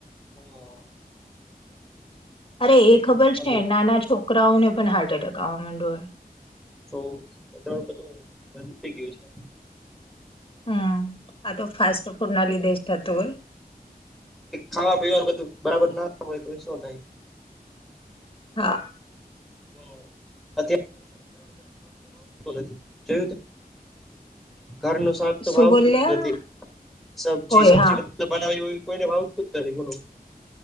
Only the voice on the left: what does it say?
અરે એ
ખબર
છે નાના છોકરાઓને પણ હાર્ટ એટેક આવવા માંડ્યો હોય
હમ આ તો ફાસ્ટ ફૂડનાલી દેશ થતતોય
હા
શું
બોલ્યા
હોય
હા